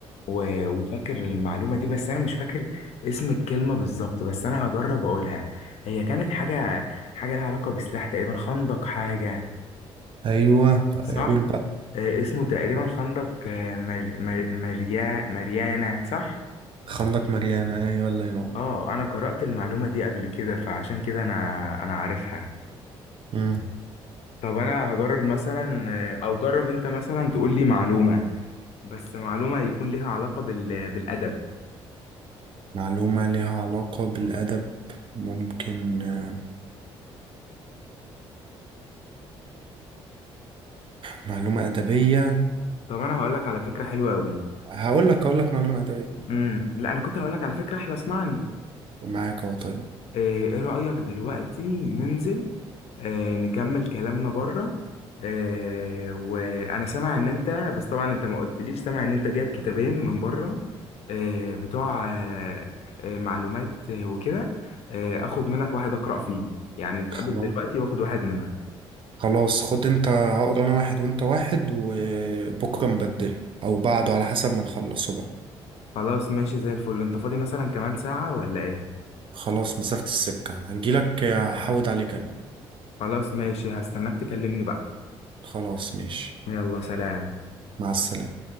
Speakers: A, on the left; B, on the right.
A: و- وفاكر المعلومة دي بس انا مش فاكر اسم الكلمة بالظبط بس انا هجرب اقولها هي كانت حاجة حاجة لها علاقة بسلاح تقريبا خندق حاجة
B: ايوه
A: صح
B: قول بقى
A: آه، اسمه تقريبا خندق آه، مر... مر... مريا... مريانة صح
B: خندق مريانة ايوه الله ينور
A: اه انا قرأت المعلومة دي قبل كده فعشان كده انا انا عارفها
B: مم.
A: طب انا هجرب مثلا او جرب انت مثلا تقول لي معلومة بس معلومة يكون ليها علاقة بال... بالادب
B: معلومة ليها علاقة بالأدب ممكن آه، معلومة أدبية
A: طب انا هقول لك على فكرة حلوة قوي
B: هقول لك هقول لك معلومة أدبية
A: امم لا انا كنت هقول لك على فكرة احلى اسمعني
B: معاك أهو طيب
A: ايه إيه رأيك دلوقتي ننزل آه، نكمل كلامنا بره آه، وانا سامع ان انت بس طبعا انت ما قلتليش سامع ان انت جايب كتابين من بره آه، بتوع آه، آه، معلومات آه، وكده آه، اخد منك واحد اقرا فيه يعني نتقابل
B: خلاص
A: دلوقتي واخد واحد منك
B: خلاص خد أنت هقرا أنا واحد وأنت واحد وبكرة نبدله أو بعده على حسب ما نخلصه بقى
A: خلاص ماشي زي الفل انت فاضي مثلا كمان ساعة ولا ايه
B: خلاص مسافة السكة هنجيلك آه، هحود عليك أنا
A: خلاص ماشي هستناك تكلمني بقى
B: خلاص ماشي
A: يلا سلام
B: مع السلامة